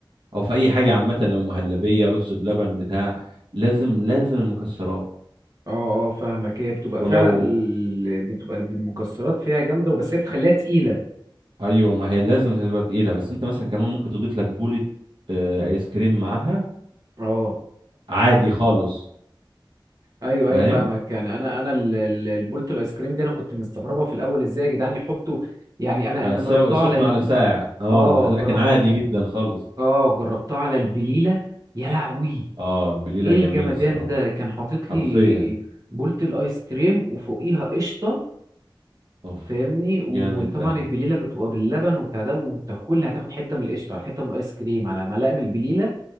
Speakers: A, on the right (about 70°); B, on the right (about 45°).
A: او في اي حاجه عامه لو مهلبيه رز بلبن بتاع لازم لازم المكسرات
B: اه اه فاهمك هي بتبقى
A: ولو
B: فعلا ال- بتبقى المكسرات فيها جامدة وبس هي بتخليها تقيلة
A: ايوه ما هي لازم تبقى تقيله بس انت مثلا كمان ممكن تضيف لك بوله آه، ايس كريم معاها
B: اه
A: عادي خالص
B: ايوه
A: فاهم
B: ايوه فاهمك يعني انا انا ال- ال- البولت الايس كريم دي انا كنت مستغربة في الاول ازاي يا جدعان يحطوا يعني انا
A: آه،
B: انا
A: ساعة-
B: جربتها
A: سخنه
B: على ال...
A: على ساعه اه
B: اه
A: لكن
B: جربت
A: عادي جدا خالص
B: اه جربتها على البليلة يا لهوي
A: اه البليله
B: ايه
A: جميله
B: الجمدان
A: الصراحه
B: ده كان حاطط
A: حرفيا
B: لي بولت الايس كريم وفوقيها قشطة
A: اوف
B: فاهمني وطبعا
A: جامد ده
B: البليله بتبقى باللبن وبتاع ده وتاكل هتاخد حته من القشطه على حته من الايس كريم على ملقه من البليله